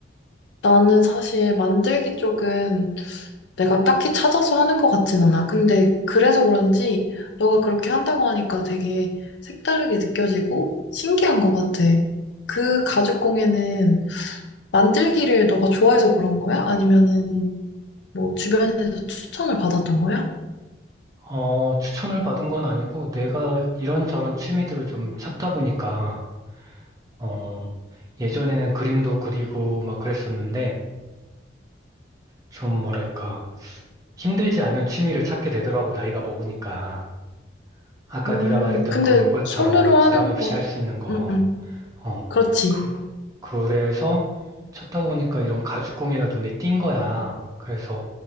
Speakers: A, on the left; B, on the right.
A: 나는 사실 만들기 쪽은 내가 딱히 찾아서 하는 것 같진 않아. 근데 그래서 그런지 너가 그렇게 한다고 하니까 되게 색다르게 느껴지고 신기한 것 같아. 그 가죽공예는 만들기를 너가 좋아해서 그런 거야? 아니면은 뭐 주변에서 추천을 받았던 거야?
B: 어, 추천을 받은 건 아니고 내가 이런저런 취미들을 좀 찾다 보니까 어, 예전에는 그림도 그리고 막 그랬었는데 좀 뭐랄까 힘들지 않은 취미를 찾게 되더라고 나이가 먹으니까. 아까
A: 음,
B: 네가 말했던
A: 근데
B: 그 요가처럼
A: 손으로
B: 부담
A: 하는
B: 없이
A: 거,
B: 할 수 있는 거.
A: 응, 응,
B: 어,
A: 그렇지.
B: 그, 그래서 찾다 보니까 이런 가죽공예가 눈에 띈 거야. 그래서